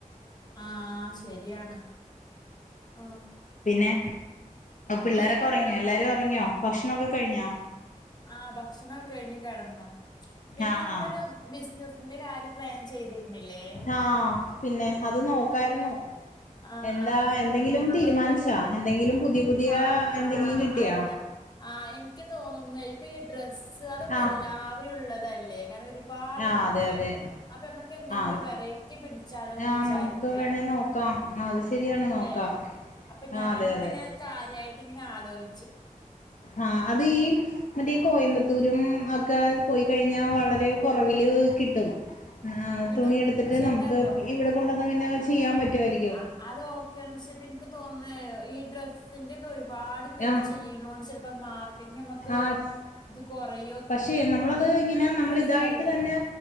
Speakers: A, on the left (about 30°); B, on the left (about 65°).
A: ആഹ് ശെരിയാണ് ആഹ്
B: പിന്നെ പിള്ളാരൊക്കെ
A: എന്നോട്
B: ഒറങ്ങിയോ?
A: നമ്മള്
B: എല്ലാരും ഒറങ്ങിയോ? ഭക്ഷണൊക്കെ കഴിഞ്ഞോ?
A: ആഹ് ഭക്ഷണംക്കെ കഴ്ഞ്ഞു കെടന്നു. പിന്നെ
B: ആ
A: നമ്മളൊര്
B: ആ
A: ബിസിനസിന്റെ കാര്യം പ്ലാൻ ചെയ്തിര്ന്നില്ലേ?
B: ആഹ് പിന്നെ അത് നോക്കാരുന്നു.
A: ആ
B: എന്താ
A: ആ
B: എന്തെങ്കിലും
A: നമുക്ക്
B: തീരുമാനിച്ചാ എന്തെങ്കിലും പുതിയ പുതിയ
A: ആഹ്
B: എന്തെങ്കിലും
A: ആഹ്
B: കിട്ടിയാ?
A: ഐഡിയ ആഹ് എനിക്ക് തോന്ന്ന്നെ ഇപ്പ ഈ ഡ്രസ്സ് അതൊക്കെ
B: ആഹ്
A: എല്ലാവരുംള്ളതല്ലേ? വേറെ ഒര്പാട്ണ്ട്
B: ആഹ് അതെ അതെ
A: അപ്പ ഞമ്മക്ക് എന്തെലും
B: ആഹ്
A: വെറൈ റ്റി പിടിച്ചാലോന്ന്
B: ആഹ്
A: വിചാരിക്കാ
B: നമുക്ക് വേണേ നോക്കാം ആഹ് അത് ശരിയാണ് നോക്കാം
A: ലേ അപ്പ
B: ആഹ്
A: ഞാന്
B: അതെ
A: ന്നിങ്ങനെ
B: അതെ
A: അത് കാര്യായിട്ട് ഇങ്ങനെ ആലോയിച്ചേ
B: ആഹ് അത് ഈ മറ്റേ കോയമ്പത്തൂരും അക്കെ പോയികഴിഞ്ഞാ വളരെ കൊറവില്കിട്ടും.
A: കിട്ടും
B: തുണിയെടുത്തിട്ട്
A: പക്ഷെ
B: നമുക്ക്
A: എന്താറിയോ
B: ഇവ്ടെ കൊണ്ടുവന്നാ പിന്നെ ചെയ്യാൻ പറ്റുവാരിക്കും.
A: അ അത് ഓക്കെയാണ് പക്ഷെ ഇപ്പ എനിക്ക് തോന്നേ ഈ ഡ്രസ്സ്. ന്റെക്കെ ഒരുപാട് പേര്
B: ആഹ്
A: ചെയ്യുണോണ്ട് ചിലപ്പോ മാർക്കറ്റി നമുക്ക്
B: ആഹ്
A: ഇത് കുറയും.
B: പക്ഷെ നമ്മളത് ഇങ്ങനെ നമ്മള്
A: ഡ്രസ്സല്ലേ
B: ഇതായിട്ട് തന്നെ.